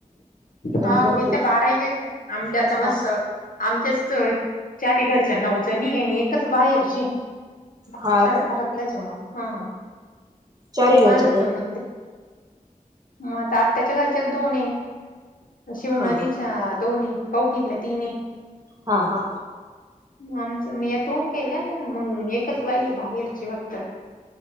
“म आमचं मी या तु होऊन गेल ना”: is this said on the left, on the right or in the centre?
Left